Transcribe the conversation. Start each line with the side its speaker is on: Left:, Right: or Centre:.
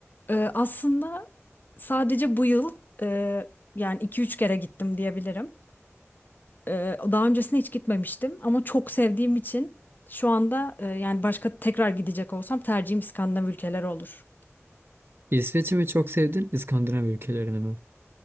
Left: Ee, aslında sadece bu yıl e, yani iki üç kere gittim diyebilirim. Ee, daha öncesine hiç gitmemiştim ama çok sevdiğim için şu anda e, yani başka tekrar gidecek olsam tercihim İskandinav ülkeleri olur.
Right: İsveç'i mi çok sevdin İskandinav ülkelerini mi?